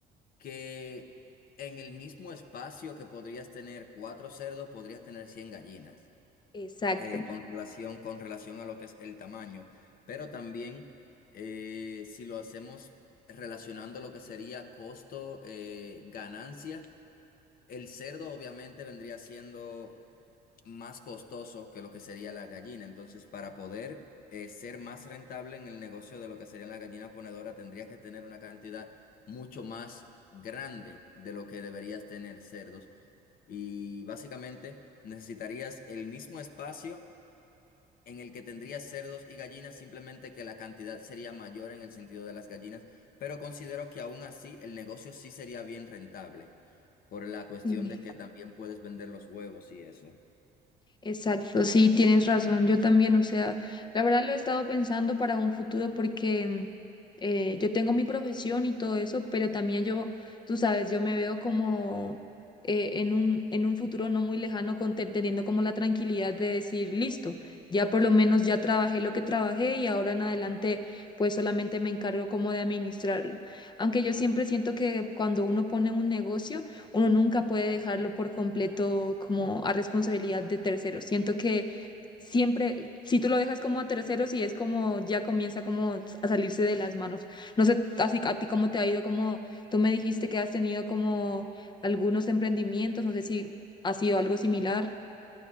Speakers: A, on the left; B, on the left.
A: que en el mismo espacio que podrías tener cuatro cerdos, podrías tener 100 gallinas.
B: Exacto.
A: eh, con relación, con relación a lo que es el tamaño. Pero también, eh, si lo hacemos relacionando lo que sería costo, eh, ganancia, el cerdo obviamente vendría siendo más costoso que lo que sería la gallina. Entonces, para poder eh, ser más rentable en el negocio de lo que sería la gallina ponedora, tendrías que tener una cantidad mucho más grande de lo que deberías tener cerdos. Y básicamente necesitarías el mismo espacio en el que tendría cerdos y gallinas, simplemente que la cantidad sería mayor en el sentido de las gallinas, pero considero que aún así el negocio sí sería bien rentable, por la cuestión
B: Sí.
A: de que también puedes vender los huevos y eso.
B: Exacto, sí, tienes razón. Yo también, o sea, la verdad lo he estado pensando para un futuro porque mm, eh, yo tengo mi profesión y todo eso, pero también yo, tú sabes, yo me veo como eh, en un, en un futuro no muy lejano con te- teniendo como la tranquilidad de decir, listo, ya por lo menos ya trabajé lo que trabajé y ahora en adelante pues solamente me encargo como de administrarlo. Aunque yo siempre siento que cuando uno pone un negocio, uno nunca puede dejarlo por completo como a responsabilidad de terceros. Siento que siempre, si tú lo dejas como a terceros y es como ya comienza como a salirse de las manos. No sé, así a ti cómo te ha ido, como tú me dijiste que has tenido como algunos emprendimientos, no sé si ha sido algo similar.